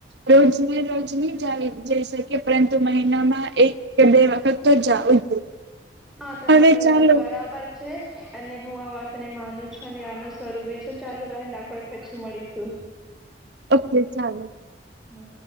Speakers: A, on the right (about 65°); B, in the centre.
A: રોજ રોજ નહી જઈ શકીએ પરંતુ મ મહિનામાં એક કે બે વખત તો જવું જ જોઈએ.
B: હા તમારી
A: હવે ચાલો
B: વાત બરાબર છે અને હું આ વાત અને માનું છો અને આનું સ્વરૂભી છો ચાલુ બહેન આપડે પછી મળીશું.
A: ઓકે ચાલો.
B: હમ્મ.